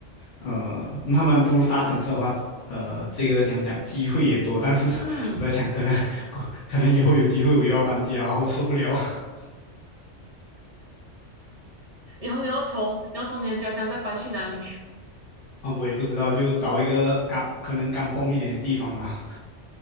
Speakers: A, on the left; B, on the right.
A: 呃，慢慢步入大城市的话，呃，这个讲讲机会也多，但是我在想，
B: 嗯，
A: 可能 <laughs> 可能以后有机会我又要搬家，然后受不了 <laughs>
B: 你要你要从你要从你的家乡再搬去哪里？
A: 啊，我也不知道，就找一个干可能干蹦一点的地方吧。